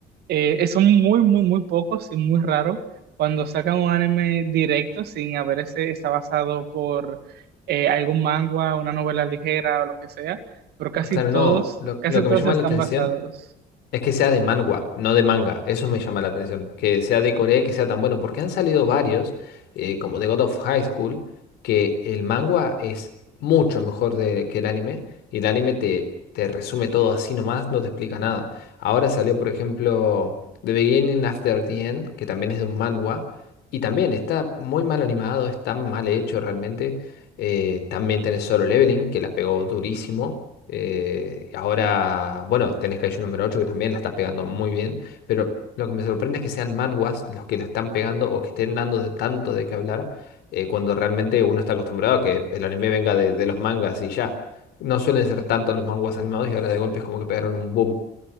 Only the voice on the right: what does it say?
Eh, eh, son muy, muy, muy pocos y muy raros cuando sacan un anime directo sin haber ese está basado por eh, algún mangua, una novela ligera o lo que sea, pero casi
todos,
casi
todos
están
basados.